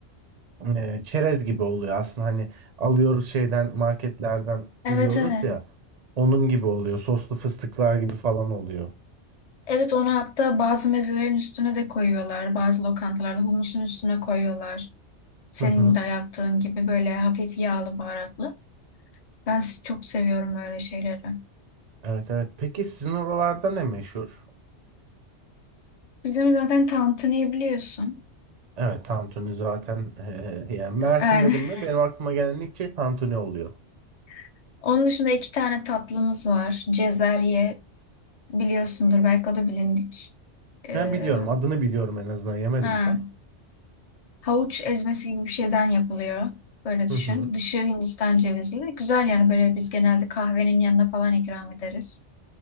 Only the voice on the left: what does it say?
Evet
evet.
Evet onu hatta bazı mezelerin üstüne de koyuyorlar. Bazı lokantalarda humusun üstüne koyuyorlar. Senin
de yaptığın gibi böyle hafif yağlı baharatlı. Ben s- çok seviyorum öyle şeyleri.
Bizim zaten tantuniyi biliyorsun.
Yani
<laughs> onun dışında iki tane tatlımız var. Cezerye biliyorsundur belki o da bilindik. Ee,
ha,
havuç ezmesi gibi bir şeyden yapılıyor. Böyle düşün.
Dışı Hindistan cevizli. Güzel yani böyle biz genelde kahvenin yanına falan ikram ederiz.